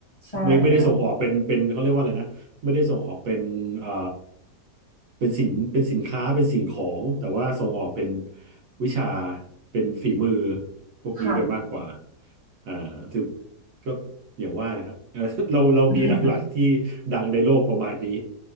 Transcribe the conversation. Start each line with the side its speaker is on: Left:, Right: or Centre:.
Left: ใช่ค่ะ
Right: ไม่ไม่ได้ส่งออกเป็นเป็นเขาเรียกว่าอะไรนะไม่ได้ส่งออกเป็นอ่าเป็นสินเป็นสินค้าเป็นสิ่งของแต่ว่าส่งออกเป็นวิชาเป็นฝีมือพวกนี้ไปมากกว่า
Left: ค่ะ
Right: อ่าคือก็อย่างว่านะฮะ <laughs> เออเราเรามีหลักๆที่
Left: <laughs>
Right: ดังในโลกประมาณนี้